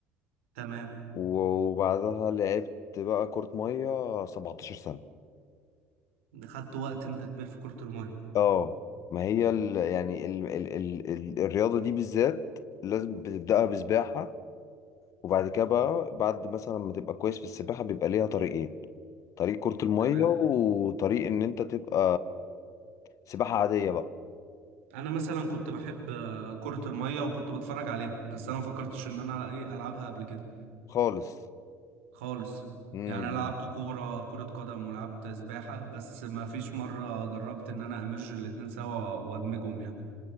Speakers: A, on the right (about 75°); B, on the left (about 50°).
A: تمام
B: وبعدها لعبت بقى كرة مية 17 سنة
A: خدت وقت انت كبير في كره الميه
B: اه ما هي ال يعني ال ال ال ال الرياضة دي بالذات لازم بتبدأها بسباحة وبعد كده بقى بعد مثلا ما تبقى كويس في السباحة بيبقى ليها طريقين طريق كرة المية
A: تمام
B: وطريق ان انت تبقى سباحة عادية بقى
A: انا مثلا كنت بحب آه، كره الميه وكنت بتفرج عليها بس انا ما فكرتش ان انا ايه العبها قبل كده
B: خالص
A: خالص
B: امم
A: يعني انا آه. لعبت كوره كره قدم ولعبت سباحه بس ما فيش مره جربت ان انا امرج الاتنين سوا وادمجهم يعني